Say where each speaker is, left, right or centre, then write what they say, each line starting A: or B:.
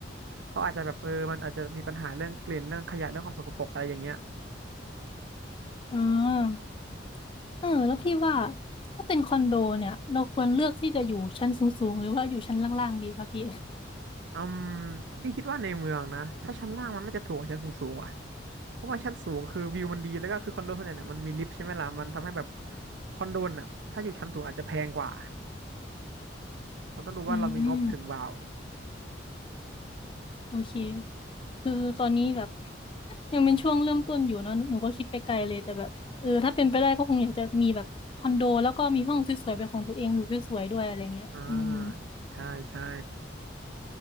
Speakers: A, on the right; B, on the left.
A: เขาอาจจะแบบเออมันอาจจะมีปัญหาเรื่องกลิ่นเรื่องขยะเรื่องความสกปรกอะไรอย่างเงี้ย
B: อ่าเออแล้วพี่ว่าถ้าเป็นคอนโดเนี่ยเราควรเลือกที่จะอยู่ชั้นสูงๆหรือว่าอยู่ชั้นล่างๆดีครับพี่
A: อืมพี่คิดว่าในเมืองนะถ้าชั้นล่างมันน่าจะถูกกว่าชั้นสูงๆอ่ะเพราะว่าชั้นสูงคือวิวมันดีแล้วก็คือคอนโดส่วนใหญ่เนี่ยมันมีลิฟต์ใช่ไหมล่ะมันทำให้แบบคอนโดน่ะถ้าอยู่ชั้นสูงอาจจะแพงกว่า เราต้องดูว่าเรามีงบถึงเปล่า
B: อืมโอเค คือตอนนี้แบบยังเป็นช่วงเริ่มต้นอยู่เนาะหนูหนูก็คิดไปไกลเลยแต่แบบเออถ้าเป็นไปได้ก็คงอยากจะมีแบบคอนโดแล้วก็มีห้องสวยๆเป็นของตัวเองอยู่สวยๆด้วยอะไรเงี้ยอืม
A: อ่าใช่ใช่